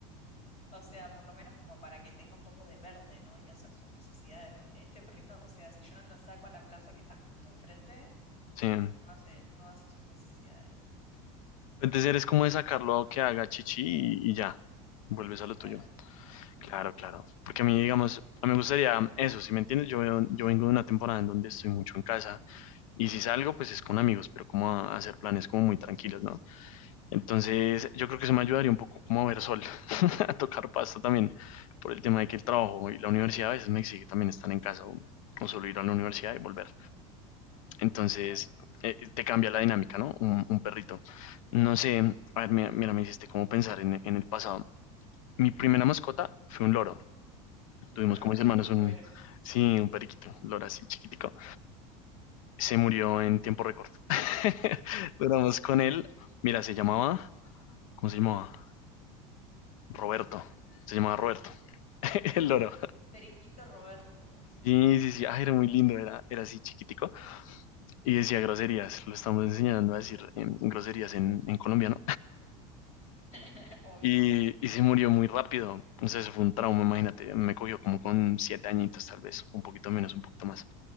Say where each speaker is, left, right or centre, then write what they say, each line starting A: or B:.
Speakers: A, on the left; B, on the left.
A: O sea, por lo menos como para que tenga un poco de verde, ¿no? Y hacer sus necesidades, porque este perrito, o sea, si yo no lo saco a la plaza que está justo enfrente,
B: Sí.
A: no hace, no hace sus necesidades.
B: Entonces eres como de sacarlo que haga chichi y, y ya. Vuelves a lo
A: Claro.
B: tuyo.
A: Ujú.
B: Claro, claro. Porque a mí, digamos, a mí me gustaría eso, si me entiendes, yo, veo- yo vengo de una temporada en donde estoy mucho en casa Y si salgo, pues es con amigos, pero como a, a hacer planes como muy tranquilos, ¿no? Entonces, yo creo que eso me ayudaría un poco como a ver sol, <laughs> a tocar pasto también, por el tema de que el trabajo y la universidad a veces me exige también estar en casa o, o solo ir a la universidad y volver.
A: Mm,
B: Entonces,
A: tal cual.
B: eh, te cambia la dinámica, ¿no? Un, un perrito. No sé, a ver, mira, mira, me hiciste como pensar en, en el pasado. Mi primera mascota fue un loro. Tuvimos
A: <laughs>
B: con mis hermanos
A: Me muero.
B: un, sí, un periquito, un loro así chiquitico. se murió en tiempo récord. <laughs> Duramos con él. Mira, se llamaba, ¿cómo se llamaba? Roberto. Se llamaba Roberto, <laughs> el loro.
A: Periquito Roberto,
B: Sí, sí, sí. Ah, era muy lindo, era, era así chiquitico. Y decía groserías. Lo estamos enseñando a decir em, groserías en, en colombiano.
A: <laughs> obvio.
B: Y, y se murió muy rápido. Entonces fue un trauma, imagínate. Me cogió como con siete añitos, tal vez. Un poquito menos, un poquito más.